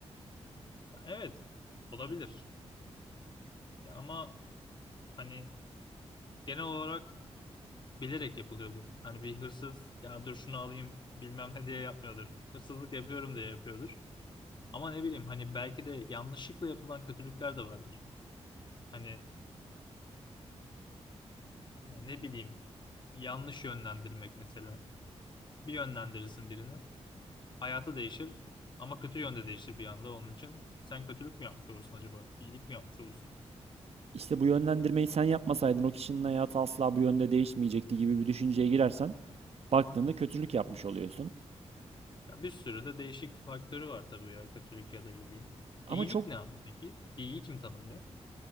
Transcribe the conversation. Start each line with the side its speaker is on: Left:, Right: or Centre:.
Left: Evet olabilir. Ya ama hani genel olarak bilerek yapılıyordur. Hani bir hırsız ya dur şunu alayım bilmem ne diye yapmıyordur. Hırsızlık yapıyorum diye yapıyordur. Ama ne bileyim hani belki de yanlışlıkla yapılan kötülükler de vardır. Hani yani ne bileyim yanlış yönlendirmek mesela. Bir yönlendirirsin birini hayatı değişir ama kötü yönde değişir bir anda onun için. Sen kötülük mü yapmış olursun acaba? İyilik mi yapmış olursun?
Right: İşte bu yönlendirmeyi sen yapmasaydın o kişinin hayatı asla bu yönde değişmeyecekti gibi bir düşünceye girersen baktığında kötülük yapmış oluyorsun.
Left: Ya bir sürü de değişik faktörü var tabii ya kötülük ya da iyiliğin.
Right: Ama
Left: İyilik
Right: çok
Left: ne abi peki? İyiyi kim tanımlıyor?